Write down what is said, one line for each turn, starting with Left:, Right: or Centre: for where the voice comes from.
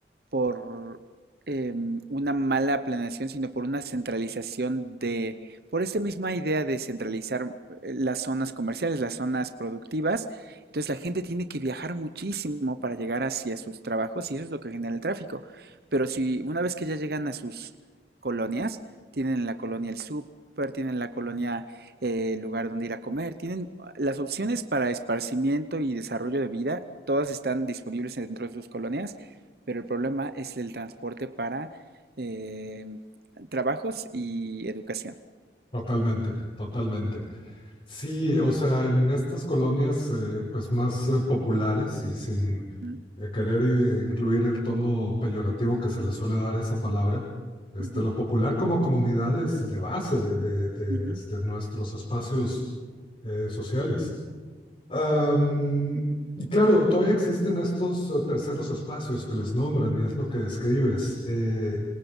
Right: por em, una mala planeación, sino por una centralización de, por esta misma idea de centralizar eh, las zonas comerciales, las zonas productivas. Entonces la gente tiene que viajar muchísimo para llegar hacia sus trabajos y eso es lo que genera el tráfico. Pero si una vez que ya llegan a sus colonias. Tienen la colonia El Súper, tienen la colonia eh, El Lugar donde ir a comer. Tienen ah, las opciones para esparcimiento y desarrollo de vida. Todas están disponibles dentro de sus colonias, pero el problema es el transporte para eh, trabajos y educación.
Left: totalmente, totalmente. Sí, o sea, en estas colonias eh, pues más eh, populares y sin
Right: Mm,
Left: eh, querer eh, incluir el tono peyorativo que se le suele dar a esa palabra, este,
Right: ujú,
Left: lo popular como comunidades de base de, de- de-
Right: ujú,
Left: de, este, nuestros espacios eh, sociales. Am, y claro, todavía existen estos eh, terceros espacios que les nombran y es lo que describes. eh,